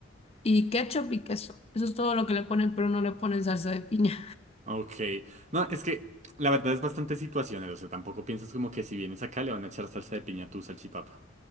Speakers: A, on the left; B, on the right.
A: y ketchup y queso. Eso es todo lo que le ponen, pero no le ponen salsa de piña.
B: Ok. No, es que la verdad es bastante situacional. O sea, tampoco pienses como que si vienes acá le van a echar salsa de piña a tu salchipapa.